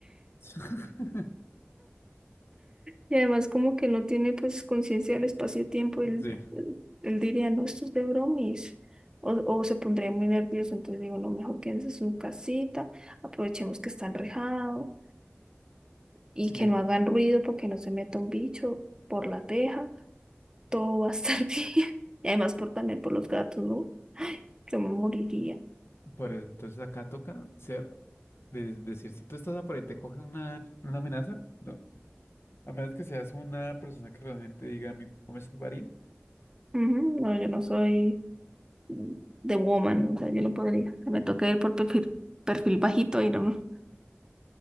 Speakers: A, on the left (about 65°); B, on the right (about 20°).
A: <laughs>
B: Y además como que no tiene pues conciencia del espacio-tiempo, él,
A: Sí,
B: él, él diría, no, esto es de bromis. O, o se pondría muy nervioso, entonces digo, no, mejor quédense en su casita, aprovechemos que está enrejado y
A: sí.
B: que no hagan ruido porque no se meta un bicho por la teja, todo va a estar <laughs> bien. Y además por, también por los gatos, ¿no? Yo me moriría.
A: Por eso, entonces acá toca ser, de- decir, si tú estás a por ahí, te coge una, una amenaza, no. A menos que seas una persona que realmente diga, mi papá me salvaría.
B: Ujú, No, yo no soy de woman, o sea, yo no podría. Me toca ir por perfil, perfil bajito y no,